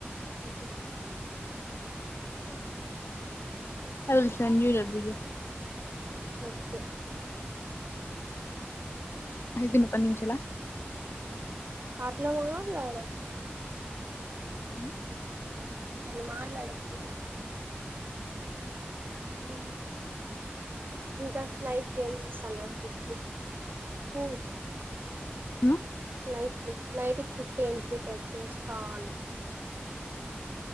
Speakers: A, on the right (about 55°); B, on the left (about 75°).
A: ఓకే
B: అల్సూ ర బజ
A: ఓకే
B: అప్పున్నప్పం నిమిషాల
A: ఆట్లా మట్లాడ
B: హ
A: అల మాట్ అడకు ఓ ఇంకా స్యి కేంద్ర స్థన ఫ ఫూడ్
B: హ
A: నైట్ క నైట్కి ఫుడ్ ఏం ప్రిపేర్ చేస్తా అ